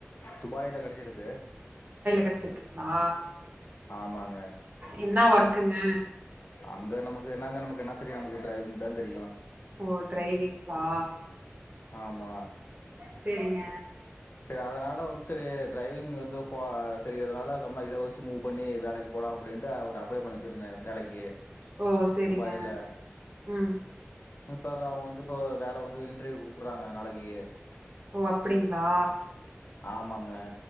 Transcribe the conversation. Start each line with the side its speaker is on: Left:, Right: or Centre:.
Left: துபாய்ல கெடச்சிருக்கு
Right: கெடச்சிருக்குங்ளா
Left: ஆமாங்
Right: என்ன வர்க்குங்க
Left: அங்க நமக்கு என்னங்க நமக்கு என்ன தெரியு நமக்கு ட்ரைவிங் முட்டாந்தெரியூ
Right: ஓ டிரைவிங்ளா
Left: ஆமா
Right: செரிங்க
Left: செரி அதனால வந்து செரி ட்ரைவிங் இந்து போ தெரியிறதுனால கம் நா இத வச்சு மூவ் பண்ணி வேலைக்கு போலாம் அப்டின்டு ஒரு அப்ளை பண்ணி இருந்த வேலைக்கி
Right: ஓ சேரிங்க
Left: துபாயில
Right: ம்
Left: இப்ப அங்க அவுங்க வந்து இப்ப வேல வந்து இன்ட்ரிவ்கு கூப்ட்றாங்க நாளைக்கி
Right: ஓ அப்பிடிங்ளா
Left: ஆமாங்க